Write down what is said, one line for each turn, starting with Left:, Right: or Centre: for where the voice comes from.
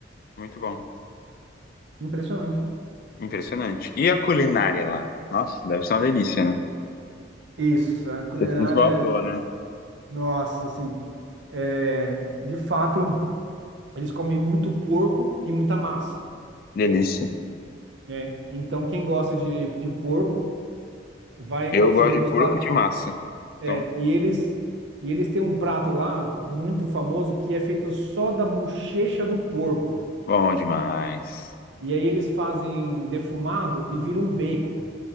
Left: Muito bom.
Right: Impressionante.
Left: Impressionante. E a culinária lá? Nossa, deve ser uma delícia, né?
Right: Isso, a culinária,
Left: Se Esbaldou, né?
Right: nossa, assim, é, de fato, eles comem muito porco e muita massa.
Left: Delícia.
Right: É, então, quem gosta de, de porco vai
Left: Eu
Right: se
Left: gosto
Right: degustar.
Left: de porco de massa.
Right: é,
Left: Então,
Right: e eles, e eles têm um prato lá muito famoso que é feito só da bochecha do porco.
Left: bom demais.
Right: E aí eles fazem defumado e vira um bacon.